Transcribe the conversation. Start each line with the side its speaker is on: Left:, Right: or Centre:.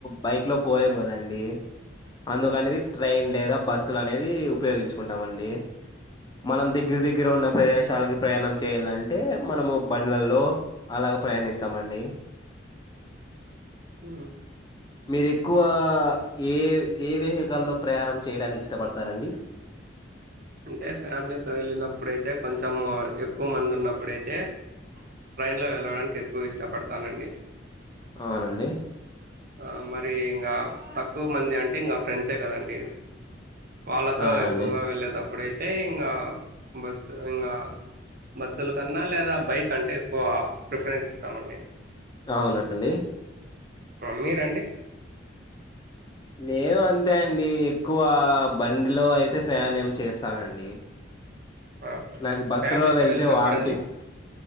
Left: బైక్ లో పోలేం కదండి అందుకనేది ట్రైన్ లేదా బస్సు లనేది ఉపయోగించుకుంటాం అండి మనం దగ్గర దగ్గర ఉన్న ప్రదేశాలకి ప్రయాణం చేయాలంటే మనము బండ్లల్లో అలగా ప్రయాణిస్తాం స్తమండి
Right: ఆ
Left: మీరు ఎక్కువ ఏ ఏ వెహికల్లో ప్రయాణం చేయడానికి ఇష్టపడతారండి
Right: అంటే ఫ్యామిలీతో వెళ్ళినప్పుడైతే కొంచెం ఎక్కువ మంది ఉన్నప్పుడైతే ట్రైన్లో వెళ్ళడానికి ఎక్కువ ఇష్టపడతానండి
Left: అవునండి
Right: ఆ మరి ఇంకా తక్కువ మంది అంటే ఇంకా ఫ్రెండ్సే కదండి వాళ్ళతో
Left: అవునండి
Right: ఎక్కువగా వెళ్ళేతప్పుడయిత్ అయితే ఇంగా బస్ ఇంగా బస్సుల కన్నా లేదా బైక్ అంటే ఎక్కువ ప్రిఫరెన్స్ ఇస్తామండి
Left: అవున అండి
Right: ఉ మీరండి
Left: నేను అంతే అండి ఎక్కువ బండ్లో అయితే ప్రయాణం చేస్తానండి
Right: అవునండి
Left: నాకు బస్సు
Right: ఫ్యామిలీతో
Left: లో వెళ్తే
Right: వెళ్ళినప్పుడు
Left: వాంటింగ్
Right: అండి